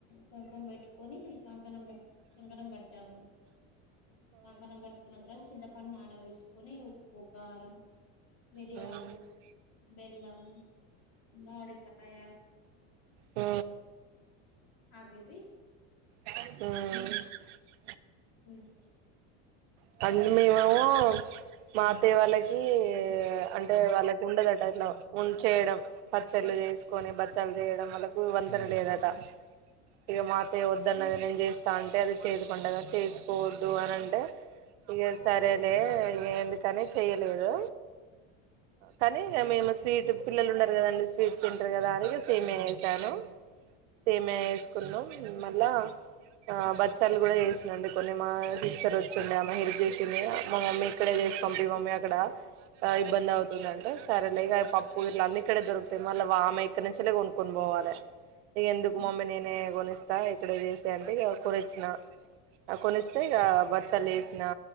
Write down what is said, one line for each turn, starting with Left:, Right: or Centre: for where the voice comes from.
Left: కుంకం బెట్టు అని కంకణం కట్ కంకనం కట్టాము. కంకణం కట్టుకున్న తర్వాత చింతపండు నాన బోసుకుని ఉప్పు కారం మిరియాలు
Right: మ్మ్
Left: బెల్లం మామిడికాయ
Right: ఆ
Left: అవి ఇవి
Right: ఆ
Left: హ్మ్
Right: <unintelligible> మా అత్తయ్య వాళ్ళకి అంటే వాళ్ళకి ఉండదట ఇట్లా ఉ చేయడం పచ్చళ్ళు చేసుకొని పచ్చలు చేయడం వాళ్ళకు ఈ వంతెన లేదట ఇక మా అత్తయ్య వద్దన్నది నేను చేస్తా అంటే అది చేదుకుండదు చేసు వద్దు అనంటే ఇక
Left: ఉహు
Right: సరేలే ఇక ఎందుకని చేయలేదు. కానీ ఇక మేము స్వీట్ పిల్లలు ఉన్నారు కదండి స్వీట్ కదా అ <unintelligible> సేమియా వేసాను సేమియా వేసుకున్నం మళ్ళా ఆ బక్షాలు కూడా వేసు నుండి కొన్ని మామయ్య తీసుకొని వచ్చుండే అ హెల్ప్ చేసింది మా మమ్మీ ఇక్కడే చేసి పంపి మమ్మీ అక్కడ ఇబ్బంది అవుతుందంటే సరేలే ఇగ పప్పు ఇట్ల అన్ని ఇక్కడే దొరుకుతాయి మళ్ళీ ఆమె ఇక్కడ నుంచలే కొనుక్కొని పోవాలె. ఇ ఎందుకు
Left: ఉమ్
Right: మామ్మ ననే గోణష్ దా ఇక్కడ సేస్తే అంట అకురచ్చిన కొనస్తేగా బట్ చలెస్ నా